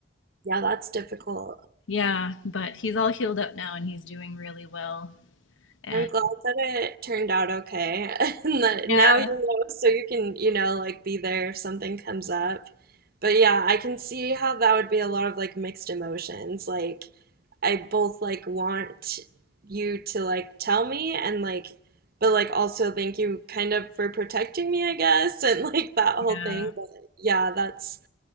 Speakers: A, on the right; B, on the left.
A: Yeah, that's difficult.
B: Yeah, but he's all healed up now and he's doing really well. And
A: I'm glad that it turned out okay. <laughs> And that
B: yeah,
A: now you know, so you can, you know, like be there if something comes up. But yeah, I can see how that would be a lot of like mixed emotions. Like, I both like want you to like tell me and like, but like also thank you kind of for protecting me, I guess, <laughs> and like that whole
B: yeah,
A: thing. But yeah, that's